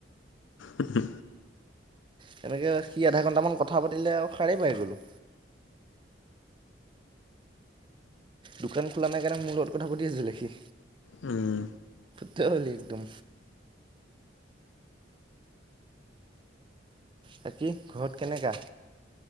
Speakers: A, on the left; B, on the right.
A: উ হু।
B: তেনেকৈ সি আধা ঘণ্টামান কথা পাতিলে সাৰে পাই গলোঁ। দোকান খোলা নাই কাৰণে মোৰ লগত কথা পাতি আছিলে সি।
A: উম।
B: সে হ'লি একদম। বাকী ঘৰত কেনেকা?